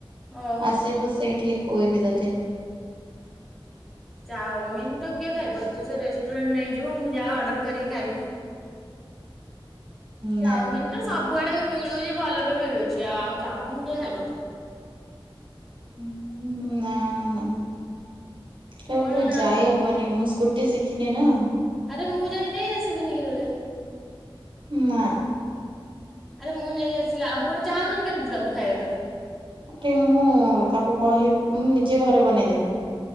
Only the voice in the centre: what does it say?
ଓହୋ
ଚାଓମିନ ତ କିଏ ଖାଇବ ତୁ ସେ ରେଷ୍ଟୁରାଣ୍ଟ ନେଇଯିବ ମୁଁ ଯାହା ଅର୍ଡ଼ର କରିକି ଖାଇବି। ଚାଉମିନ
ତ ସବୁଆଡେ ମିଳୁଛି ଭଲବି ମିଳୁଛି ଆଉ ଚାଉମିିନ କିଏ ଖାଇବ।
କଣ
ନା
ନା
ଆରେ ମୁଁ ଯାଇ ନେଇ ଆସିବିନି କି ତୋତେ।
ଆରେ ମୁଁ ନେଇ ଆସିଲେ, ଆଉ ପୁଣି ଚାଉମିନ କେମିତି ଦବୁ ଖାଇବା ପାଇଁ?